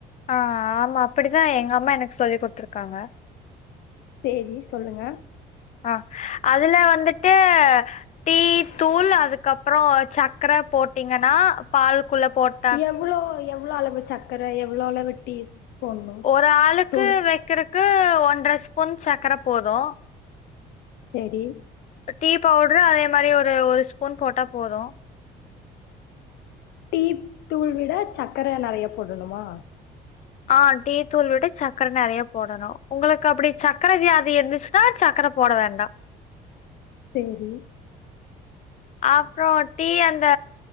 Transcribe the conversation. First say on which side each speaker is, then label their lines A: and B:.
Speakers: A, on the left; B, on the left.
A: ஆ ஆமா அப்டிதா எங்க அம்மா எனக்கு சொல்லி குடுத்துருக்காங்க
B: சேரி சொல்லுங்க
A: அ அதுல வந்துட்டு டீ தூள் அதுக்கப்றோ சக்கர போட்டீங்கன்னா பால்குள்ள போட்
B: எவ்ளோ எவ்ளோ அளவு சர்க்கர எவ்ளோ அளவு டீ போட்ணு
A: ஒரு ஆளுக்கு
B: தூள்
A: வைக்கறக்கு ஒன்ற ஸ்பூன் சக்கர போது
B: சேரி
A: டீ பவுடரு அதே மாரி ஒரு ஒரு ஸ்பூன் போட்டா போது
B: டீ தூள்விட சக்கர நெறைய போடணுமா
A: ஆ டீ தூள் விட சக்கர நெறைய போடணு உங்களுக்கு அப்டி சக்கர வியாதி இருந்துச்சு னா சக்கர போட வேண்டா
B: சேரி
A: அப்றோ டீ அந்த